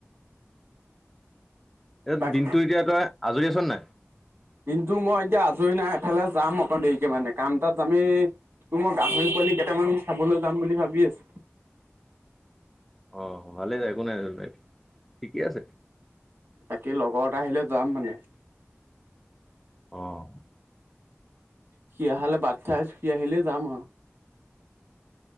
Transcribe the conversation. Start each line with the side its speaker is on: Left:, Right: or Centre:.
Centre: এ
Right: তাক
Centre: দিনটো এতিয়া তই আজৰি আছ নাই
Right: কিন্তু মই এতিয়া আজৰি নাই এফালে যাম। দেৰিকে মানে কাম তাত আমি তোৰ মই গাহৰি পোৱালি কেইটামান চাবলৈ যাম বুলি ভাবি আছো।
Centre: আহ ভালেই য একো নাই জো বাই ঠিকে আছে।
Right: বাকী লগৰতে আহিলে যাম মানে।
Centre: অহ',
Right: সি আহালে বাটচাই আছো সি আহিলে যাম আৰু।